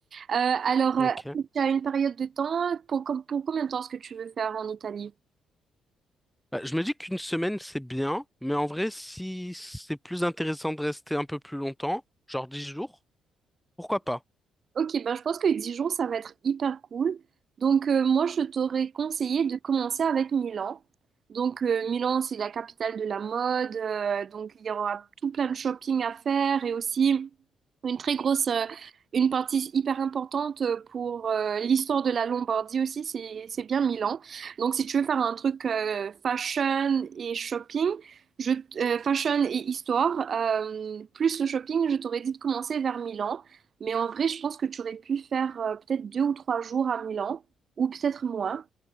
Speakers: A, on the right; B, in the centre.
A: Euh, alors,
B: Ok.
A: euh, est-ce que tu as une période de temps pour, com- pour combien de temps est-ce que tu veux faire en Italie?
B: Bah, je me dis qu'une semaine, c'est bien, mais en vrai, si c'est plus intéressant de rester un peu plus longtemps, genre dix jours, pourquoi pas?
A: Ok, ben je pense que Dijon, ça va être hyper cool. Donc, euh, moi, je t'aurais conseillé de commencer avec Milan. Donc, euh, Milan, c'est la capitale de la mode. euh, donc, il y aura tout plein de shopping à faire et aussi une très grosse, euh, une partie hyper importante pour euh, l'histoire de la Lombardie aussi, c'est, c'est bien Milan. Donc, si tu veux faire un truc euh, fashion et shopping, je, t- euh, fashion et histoire, euh, plus le shopping, je t'aurais dit de commencer vers Milan. Mais en vrai, je pense que tu aurais pu faire euh, peut-être deux ou trois jours à Milan, ou peut-être moins.